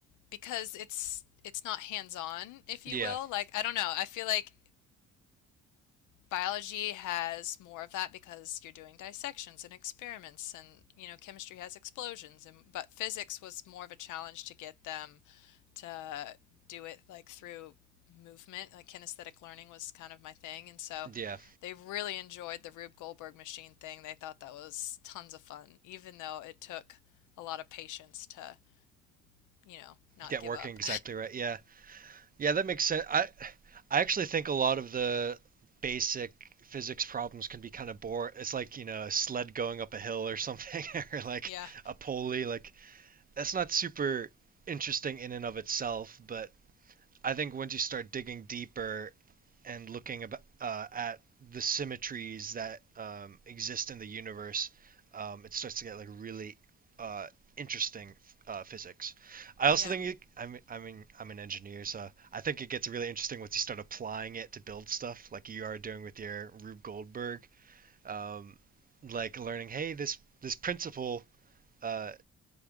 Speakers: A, on the left (about 80°); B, on the right (about 30°).
A: because it's it's not hands-on, if you
B: Yeah.
A: will. Like, I don't know. I feel like Biology has more of that because you're doing dissections and experiments and you know chemistry has explosions and but physics was more of a challenge to get them to do it like through movement like kinesthetic learning was kind of my thing and so
B: Yeah.
A: they really enjoyed the Rube Goldberg machine thing they thought that was tons of fun even though it took a lot of patience to you know not
B: get
A: give
B: working
A: up
B: exactly right. Yeah, yeah, that makes sense. I I actually think a lot of the basic physics problems can be kind of boring. It's like you know a sled going up a hill or something, <laughs> or like
A: <laughs> yeah
B: a pulley. Like that's not super interesting in and of itself, but I think once you start digging deeper and looking ab- uh, at the symmetries that um, exist in the universe, um, it starts to get like really uh, interesting uh, physics. I also
A: yeah
B: think it, I mean I mean I'm an engineer, so I think it gets really interesting once you start applying it to build stuff, like you are doing with your Rube Goldberg, um, like learning, hey, this this principle uh,